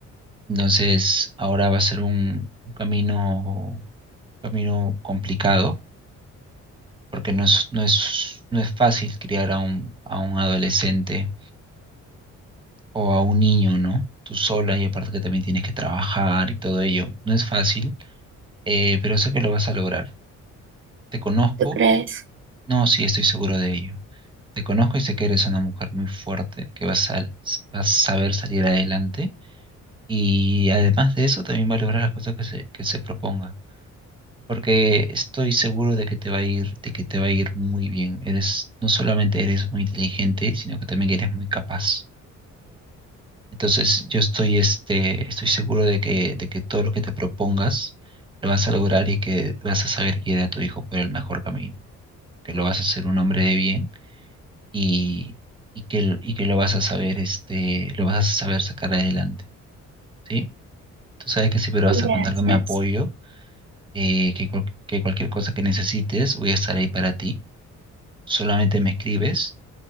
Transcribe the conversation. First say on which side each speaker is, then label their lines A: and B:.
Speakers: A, on the right; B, on the right.
A: Entonces, ahora va a ser un, un camino, camino complicado, porque no es, no es, no es fácil criar a un, a un adolescente o a un niño, ¿no? Tú sola y aparte que también tienes que trabajar y todo ello. No es fácil, eh, pero sé que lo vas a lograr. Te conozco,
B: ¿Tú crees?
A: no, sí, estoy seguro de ello. Te conozco y sé que eres una mujer muy fuerte, que vas a, vas a saber salir adelante y además de eso también va a lograr las cosas que se, que se proponga. Porque estoy seguro de que te va a ir, de que te va a ir muy bien. Eres, no solamente eres muy inteligente, sino que también eres muy capaz. Entonces, yo estoy, este, estoy seguro de que, de que todo lo que te propongas lo vas a lograr y que vas a saber guiar a tu hijo por el mejor camino, que lo vas a hacer un hombre de bien y, y que, l- y que lo vas a saber, este, lo vas a saber sacar adelante, ¿sí? Tú sabes que siempre vas
B: Gracias.
A: a contar con mi apoyo, eh, que, cual- que cualquier cosa que necesites voy a estar ahí para ti. Solamente me escribes